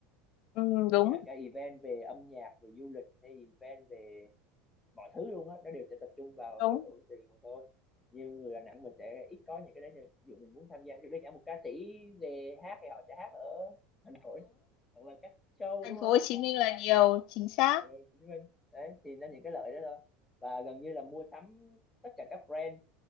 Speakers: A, on the left (about 55°); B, on the left (about 20°).
A: Ừ, đúng
B: đấy
A: đúng
B: kể cả event về âm nhạc về du lịch hay event về mọi thứ luôn á nó đều sẽ tập trung vào
A: đúng
B: Hà Nội Sài Gòn thôi như người Đà Nẵng mình sẽ ít có những cái đấy ví dụ mình muốn tham gia ví dụ đơn giản một ca sĩ về hát thì họ sẽ hát ở Hà Nội hoặc là các show
A: thành
B: đúng không
A: phố Hồ Chí Minh là nhiều chính xác
B: Ừ, Hồ Chí Minh đấy thì nó những cái lợi đó thôi và gần như là mua sắm tất cả các brand